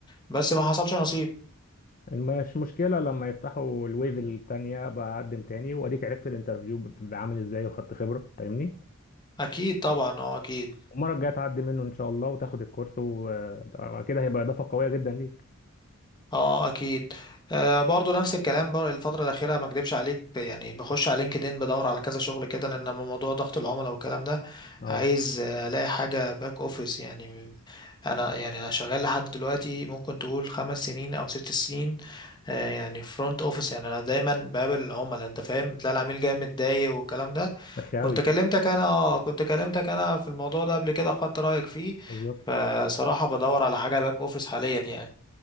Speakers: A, on the left (about 20°); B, on the left (about 35°).
A: بس ما حصلش نصيب
B: مش مشكلة لما يفتحوا الويف التانية بقدم تاني واديك عرفت الانترفيو بيبقى عامل ازاي وخدت خبرة فاهمني
A: اكيد طبعا اه اكيد
B: المرة الجاية تعدي منه ان شاء الله وتاخد الكورس وكده هيبقى اضافة قوية جدا ليك
A: اه اكيد آه برضو نفس الكلام بقى الفتره الاخيره ما اكدبش عليك يعني بخش على لينكدين بدور على كذا شغل كده لان أما موضوع ضغط العملاء والكلام ده
B: اه
A: عايز آه، الاقي حاجه باك اوفيس يعني انا يعني انا شغال لحد دلوقتي ممكن تقول خمس سنين او ست سنين آه يعني فرونت اوفيس يعني انا دايما بقابل العملاء انت فاهم تلاقي العميل جاي متضايق والكلام ده
B: وحشة
A: كنت
B: أوي
A: كلمتك انا اه كنت كلمتك انا في الموضوع ده قبل كده خدت رايك فيه
B: بالظبط
A: فصراحه بدور على حاجه باك اوفيس حاليا يعني